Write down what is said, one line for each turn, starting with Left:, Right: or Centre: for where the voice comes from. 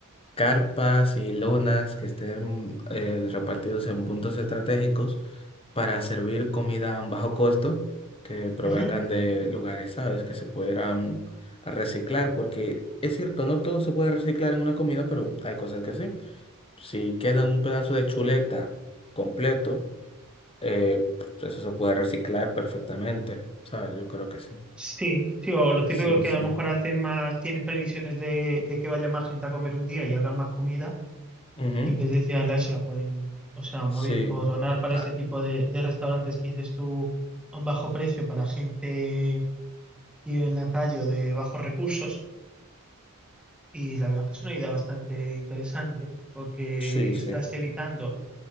Left: carpas y lonas que estén eh, repartidos en puntos estratégicos para servir comida a un bajo costo que provengan
Centre: Ujú.
Left: de lugares, ¿sabes? Que se pudieran reciclar, porque es cierto, no todo se puede reciclar en una comida, pero hay cosas que sí. Si queda un pedazo de chuleta completo, eh, eso se puede reciclar perfectamente, ¿sabes? Yo creo que sí.
Centre: Sí, sí, o lo típico
Left: Sí,
Centre: que
Left: sí.
Centre: a lo mejor hacen más, tienen previsiones de, de que vaya más gente a comer un día y hagan más comida,
Left: Ujú,
Centre: y en vez de tirarla eso la pueden, o sea, o más
Left: Sí.
Centre: bien, o donar para
Left: Ah,
Centre: este tipo de, de restaurantes que dices tú a un bajo precio para gente que vive en la calle o de bajos recursos Y la verdad que es una idea bastante interesante porque
Left: sí, sí.
Centre: estás evitando